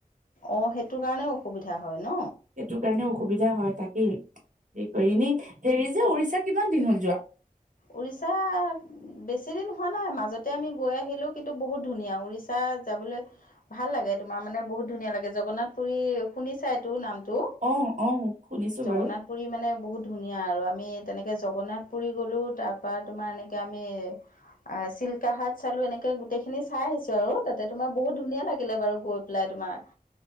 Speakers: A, on the left (about 70°); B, on the right (about 60°).
A: অ', সেইটোৰ কাৰণে অসুবিধা। হয় ন
B: সেইটো কাৰণে অসুবিধা হয়, তাকেই। সেই কৰি, এনেই হেৰি যে উৰিষ্যাত কিমান দিন হ'ল যোৱা?
A: উৰিষ্যা ও বেছি দিন হোৱা নাই। মাজতে আমি গৈ আহিলোঁ, কিন্তু বহুত ধুনীয়া। উৰিষ্যা যাবলে ভাল লাগে। এ তোমাৰ মানে বহুত ধুনীয়া লাগে, জগন্নাথ পুৰী শুনিছাইতো নাম টো
B: অ অ শুনিছো
A: জগন্নাথ
B: বাৰু
A: পুুৰী মানে বহুত ধুনীয়া আৰু আ আমি তেনেকে জগন্নাথ পুৰী গ'লো, তাৰপৰা তোমাৰ এনেকে আমি আ, চিল্কা হাট চালোঁ, এনেকে গোটেইখিনি চাই আহিছোঁ, আৰু তাতে তোমাৰ বহুত ধুনীয়া লাগিলে বাৰু, গৈ পেলাই। তোমাৰ